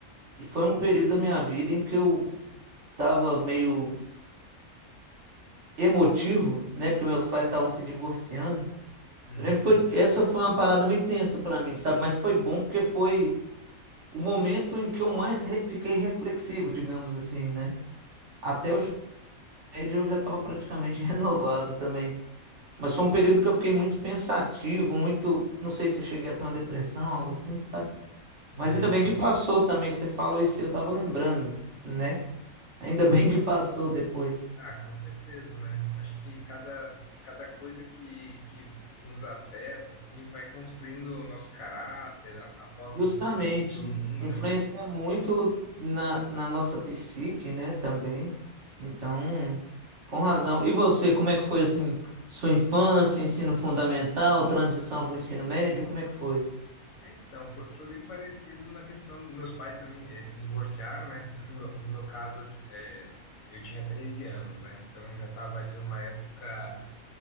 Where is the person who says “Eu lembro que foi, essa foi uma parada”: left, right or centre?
Right